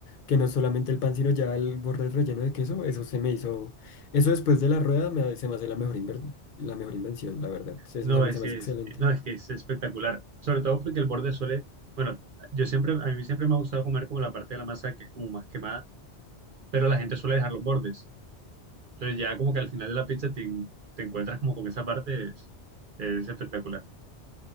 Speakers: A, on the left (about 60°); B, on the right (about 60°).
A: que no solamente el pan, sino ya el borde relleno de queso, eso se me hizo, eso después de la rueda me, se me hace la mejor, inver- la mejor invención, la verdad, se,
B: No,
A: se me
B: es, es,
A: hace excelente.
B: no, es que es espectacular, sobre todo porque el borde suele, bueno, yo siempre, a mí siempre me ha gustado comer como la parte de la masa que es como más quemada, pero la gente suele dejar los bordes. Entonces ya como que al final de la pizza te, en- te encuentras como con esa parte, es, es espectacular.